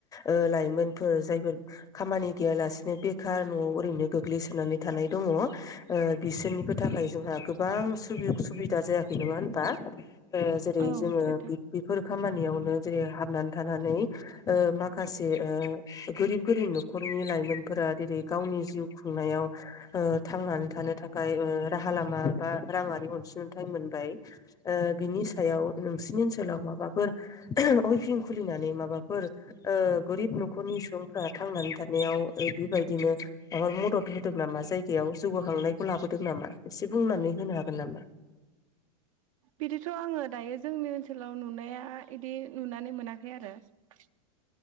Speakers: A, on the left; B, on the right.
A: ओ लाइमोनफोर जायफोर खामानि गैयालासेनो बेखार नआव ओरैनो गोग्लैसोनानै थानाय दङ। ओ बिसोरनिबो थाखाय जोंहा गोबां सुबि सुबिदा जायाखै नङा होनबा। ओ जेरै
B: औ
A: जोङो
B: सैथो
A: बे-बेफोर खामानियावनो जेरै हाबनानै थानानै ओ माखासे गोरिब गोरिब नखरनि लाइमोन फोरा देरै गावनि जिउ खुंनायाव ओ‌ थांनानै था थानो थाखाय राहा लामा बा राङारि अनसुं थाइ मोनबाय ओ बिनि सायाव बांसिनि ओनसोलाव माबाफोर अइफिं खुलिनानै माबाफोर गोरिब नखरनि सुबुंफ्रा थांनानै खारनायाव बेबायदिनो माबा मदद होदों नामा जायगायाव जौगाखांनायखौ लाबोदों नामा एसे बुंनानै होनो हागोन नामा
B: बिदिथ' आङो दायो जोंनि ओनसोलाव नुनाया बिदि नुनानै मोनाखै आरो ।